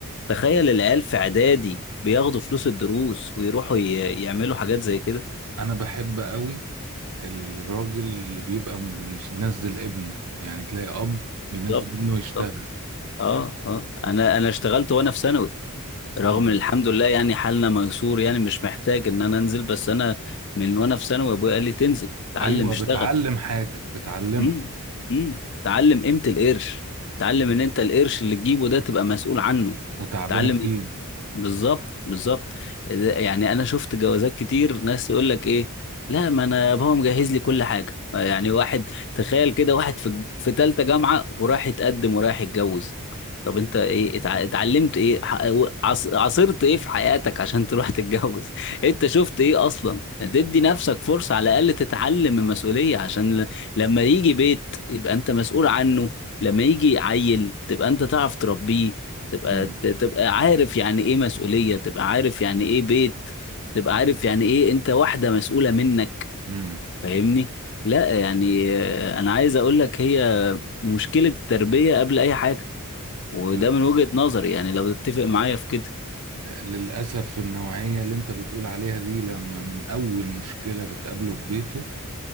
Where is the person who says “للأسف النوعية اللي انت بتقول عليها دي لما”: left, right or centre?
Right